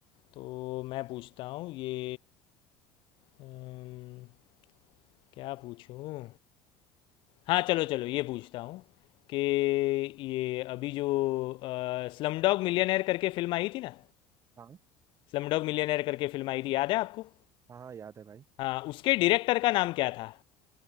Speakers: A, on the left; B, on the right.
A: तो मैं पूछता हूँ ये अम, क्या पूछूँ हाँ चलो चलो ये पूछता हूँ कि ये अभी जो स्लम डॉग मिलियनेयर करके फिल्म आई थी ना
B: हाँ
A: स्लम डॉग मिलियनेयर करके फिल्म आई थी याद है आपको
B: हाँ हाँ, याद है भाई
A: हाँ उसके डायरेक्टर का नाम क्या था